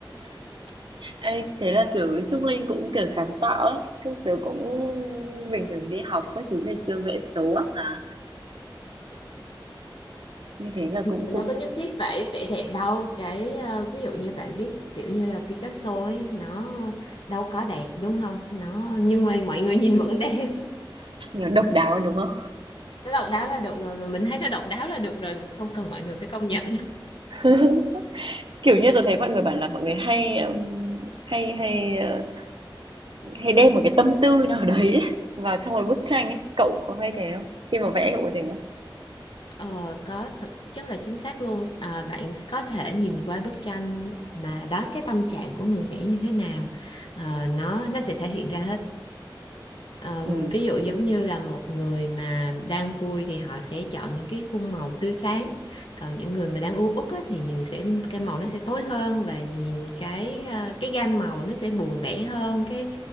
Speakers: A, on the right (about 70°); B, on the left (about 75°).
A: ê, thế là, kiểu, Trung Linh cũng, kiểu, sáng tạo ấy, chứ tớ cũng bình thường đi học các thứ ngày xưa vẽ xấu ác mà, như thế là cũng
B: mình
A: cũng,
B: đâu có nhất thiết phải vẽ đẹp đâu cái ờ, ví dụ như bạn biết kiểu như là Picasso ấy nó đâu có đẹp đúng không nó nhưng mà mọi người nhìn vẫn đẹp
A: ờ, độc đáo, đúng không?
B: <laughs> nó độc đáo là được rồi và mình thấy nó độc đáo là được rồi không cần mọi người phải công nhận
A: <laughs> Kiểu như tôi thấy mọi người bảo là mọi người hay, ờm, hay hay, ờ, hay đem một cái tâm tư nào đấy <laughs> ấy vào trong một bức tranh ấy, cậu có hay thế không? Khi mà vẽ cậu có thế không?
B: Ờ, có thực chất là chính xác luôn à, bạn có thể nhìn qua bức tranh mà đoán cái tâm trạng của người vẽ như thế nào Ờ, nó nó sẽ thể hiện ra hết Ờm,
A: Ừm.
B: ví dụ giống như là một người mà đang vui thì họ sẽ chọn những cái khung màu tươi sáng còn những người mà đang u uất á, thì nhìn sẽ cái màu nó sẽ tối hơn và nhìn cái à, cái gam màu nó sẽ buồn bã hơn cái